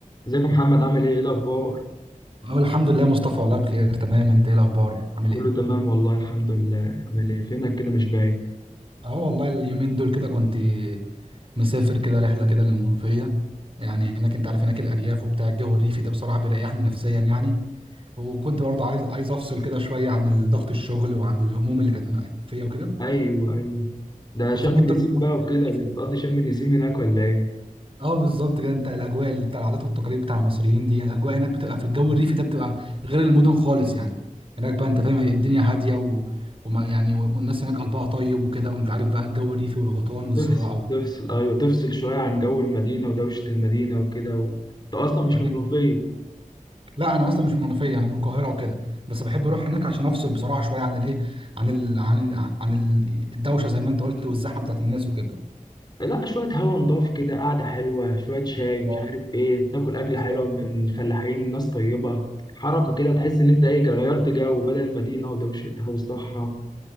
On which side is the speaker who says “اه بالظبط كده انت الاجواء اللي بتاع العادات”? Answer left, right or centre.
Right